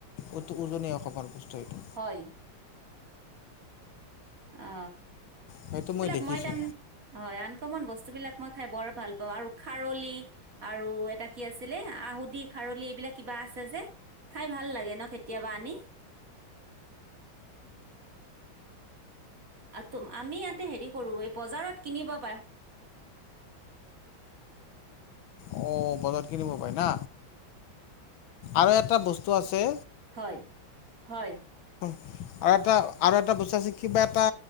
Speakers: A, on the left; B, on the right.
A: অটো উজননে অসমান পুষ্ট এইটো।
B: হয় অ
A: সেইটো
B: এইবিলাক
A: দেখিছোঁ
B: মই তাম অ আন অকমান বস্তু বিলাক মই খাই বৰ ভাল পাওঁ আৰু খাৰলি আৰু এটা কি আছিলে আহুদি আৰলি এইবিলাক কিবা আছে যে খাই ভাল লাগে ন, কেতিয়াবা আনি। <inaudible> আ তুম আমি ইয়াতে হেৰি কৰো এই বজাৰত কিনিব পাই।
A: অ, বজাৰত কিনিব পাই না আৰু এটা বস্তু আছে
B: হয়-হয়।
A: অ, এটা আৰু এটা বস্তু আছে কিবা এটা